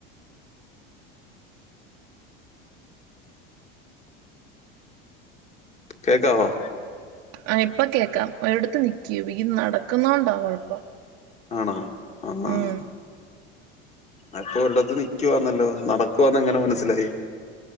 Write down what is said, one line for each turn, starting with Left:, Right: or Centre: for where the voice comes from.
Left: കേക്കാവോ
Right: ആഹ് ഇപ്പ കേക്കാം. ഒരിടത്ത് നിക്ക് ഈ നടക്കുന്നോണ്ടാ കൊഴപ്പം
Left: ആണോ ആഹ് ആഹ്
Right: ഉം
Left: അതിപ്പൊ ഒരിടത്ത് നിക്കുവാന്നല്ലോ. നടക്കുവാന്ന് എങ്ങനെ മനസ്സിലായി